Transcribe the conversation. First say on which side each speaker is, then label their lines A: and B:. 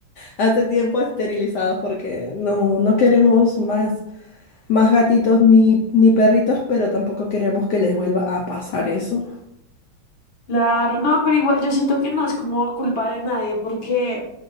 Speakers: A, on the left (about 70°); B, on the left (about 40°).
A: Hace tiempo esterilizados porque no, no queremos más, más gatitos ni, ni perritos, pero tampoco queremos que les vuelva a pasar eso.
B: Claro, no, pero igual yo siento que no es como culpa de nadie, porque